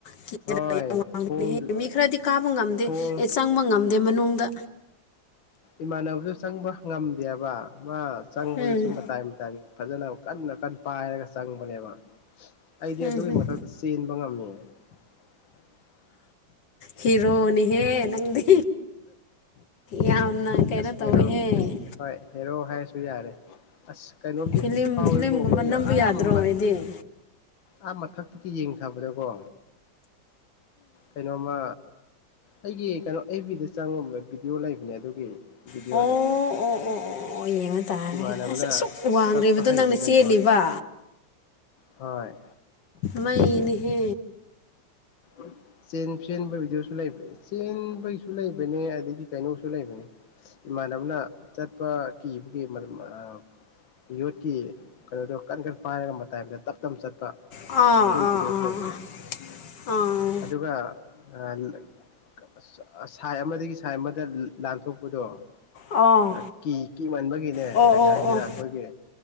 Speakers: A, on the left; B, on the left.
A: ꯀꯤ
B: ꯍꯣꯏ
A: ꯌꯥꯝ ꯋꯥꯡꯕꯅꯦꯍꯦ
B: ꯊꯣꯡ
A: ꯃꯤ ꯈꯔꯗꯤ ꯀꯥꯕ ꯉꯝꯗꯦ
B: ꯊꯣꯡ
A: ꯑꯦ ꯆꯪꯕ ꯉꯝꯗꯦ ꯃꯅꯨꯡꯗ
B: ꯏꯃꯥꯟꯅꯕꯁꯨ ꯆꯪꯕ ꯉꯝꯗꯦꯕ ꯃꯥ ꯆꯪꯕꯗꯨꯁꯨ
A: ꯎꯝ
B: ꯃꯇꯥꯏ ꯃꯇꯥꯏꯒꯤ ꯐꯖꯅ ꯀꯟꯅ ꯀꯟ ꯄꯥꯏꯔꯒ ꯆꯪꯕꯅꯦꯕ ꯑꯩꯗꯤ
A: ꯎꯝ
B: ꯑꯗꯨꯒꯤ
A: ꯎꯝ
B: ꯃꯊꯛꯇ ꯆꯦꯟꯕ ꯉꯝꯃꯤ <unintelligible>
A: ꯍꯤꯔꯣꯅꯤꯍꯦ ꯅꯪꯗꯤ ꯌꯥꯝꯅ ꯀꯩꯅꯣ
B: ꯑꯁ
A: ꯇꯧꯋꯦꯍꯦ
B: ꯍꯦꯔꯣ ꯍꯣꯏ ꯍꯦꯔꯣ ꯍꯥꯏꯔꯁꯨ ꯌꯥꯔꯦ ꯑꯁ ꯀꯩꯅꯣꯝꯗꯤ
A: ꯐꯤꯂꯝ
B: ꯐꯥꯎꯏꯀꯣ
A: ꯐꯤꯂꯝꯒꯨꯝꯕ
B: ꯑꯩꯈꯣꯏ
A: ꯅꯝꯕ
B: ꯑꯥ
A: ꯌꯥꯗ꯭ꯔꯣ
B: ꯃꯠ
A: ꯑꯩꯗꯤ
B: ꯑꯥ ꯃꯊꯛꯇꯒꯤ ꯌꯦꯡꯊꯕꯗꯀꯣ ꯀꯩꯅꯣꯃ ꯑꯩꯒꯤ ꯀꯩꯅꯣ ꯑꯦꯐ ꯕꯤꯗ ꯆꯪꯉꯨꯕ ꯕꯤꯗꯤꯑꯣ ꯂꯩꯕꯅꯦ ꯑꯗꯨꯒꯤ ꯕꯤꯗꯤꯑꯣꯗꯣ
A: ꯑꯣ ꯑꯣ ꯑꯣ ꯑꯣ ꯑꯣ ꯌꯦꯡꯉ ꯇꯥꯔꯦ
B: ꯏꯃꯥꯟꯅꯕꯅ
A: ꯑꯁ ꯑꯁꯨꯛ ꯋꯥꯡꯒꯔꯤꯕꯗꯣ
B: ꯆꯠꯄ ꯍꯩꯗꯅꯀꯣ
A: ꯅꯪꯅ ꯆꯦꯜꯂꯤꯕ
B: ꯍꯣꯏ
A: ꯃꯩꯅꯤꯍꯦ
B: <unintelligible> ꯆꯦꯟ ꯐꯂꯦꯟꯕꯩꯗꯨꯁꯨ ꯆꯦꯟ ꯕꯩꯁꯨ ꯂꯩꯕꯅꯦ ꯑꯗꯒꯤ ꯀꯩꯅꯣꯁꯨ ꯂꯩꯕꯅꯦ꯫ ꯏꯃꯥꯟꯅꯕꯅ ꯆꯠꯄ ꯀꯤꯕꯒꯤ ꯃꯔꯝ ꯑꯥ ꯌꯣꯠꯀꯤ ꯀꯩꯅꯣꯗꯣ ꯀꯟ ꯀꯟ ꯄꯥꯏꯔꯒ ꯃꯇꯥꯏꯗ ꯇꯞ ꯇꯞ ꯆꯠꯄ
A: ꯑꯥ
B: ꯑꯗꯨꯒꯤ
A: ꯑꯥ
B: ꯚꯤꯗꯤꯌꯣꯁꯨ ꯂꯩꯕꯅꯤ꯫
A: ꯑꯥ ꯑꯥ
B: ꯑꯗꯨꯒ ꯑꯥ ꯂꯛ ꯀ ꯑ ꯁꯥꯏ ꯑꯃꯗꯒꯤ ꯁꯥꯏ ꯑꯃꯗ ꯂꯥ ꯂꯥꯟꯊꯣꯛꯄꯗꯣ
A: ꯑꯥ
B: ꯂ ꯀꯤ ꯀꯤꯃꯟꯕꯒꯤꯅꯦ
A: ꯑꯣ
B: ꯀꯩ ꯍꯥꯏꯁꯤꯔꯥ
A: ꯑꯣ ꯑꯣ
B: ꯑꯈꯣꯏꯒꯤ